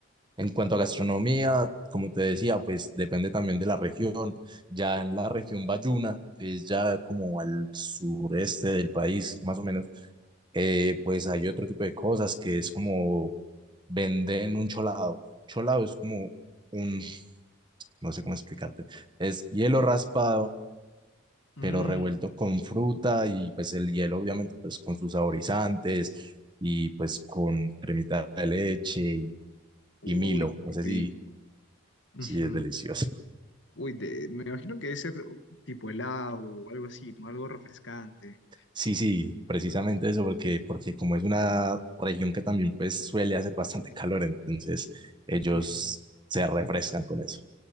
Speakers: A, on the right; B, on the left.
A: en cuanto a gastronomía, como te decía, pues depende también de la región. Ya en la región Bayuna, que es ya como al sureste del país, más o menos, eh, pues hay otro tipo de cosas que es como venden un cholado. Cholado es como un, no sé cómo explicarte, es hielo raspado
B: Mm,
A: pero revuelto con fruta y pues el hielo obviamente pues con sus saborizantes y pues con cremita de leche y
B: uy,
A: Milo, no
B: qué
A: sé
B: rico.
A: si,
B: Ujú.
A: si es delicioso. <laughs>
B: Uy, de- me imagino que debe ser tipo helado o algo así, ¿no? Algo refrescante.
A: Sí, sí, precisamente eso, porque, porque como es una región que también pues suele hacer bastante calor, entonces ellos
B: Ujú.
A: se refrescan con eso.